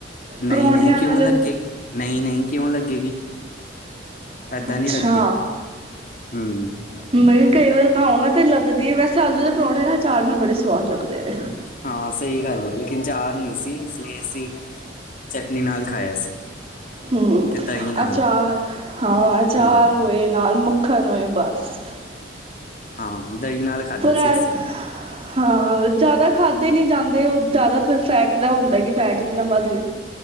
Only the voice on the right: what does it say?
ਪਰੌਂਠਿਆਂ
ਨਾਲ
ਅੱਛਾ
ਮੈਂ ਕਈ ਵਾਰ ਹਾਂ ਉਹਨਾਂ 'ਤੇ ਲੱਗਦੀ ਹੈ, ਵੈਸੇ ਆਲੂ ਦੇ ਪਰੌਂਠੇਂ ਨਾ ਆਚਾਰ ਨਾਲ ਬੜੇ ਸਵਾਦ ਲੱਗਦੇ ਨੇ,
ਹੂੰ,
ਅਚਾਰ ਹਾਂ ਅਚਾਰ
ਹੋਏ ਨਾਲ ਮਖ- ਖਰ ੳਏ ਬਸ
ਪਰ
ਐਨ‌
ਹਾਂ ਜ਼ਿਆਦਾ ਖਾਦੇੇ ਨੀ ਜਾਂਦੇ ਉਹ ਜ਼ਿਆਦਾ ਫਿਰ ਫੈਟ ਦਾ ਹੁੰਦਾ ਕਿ ਫੈਟ ਵੀ ਨਾ ਵੱਧ ਜੇ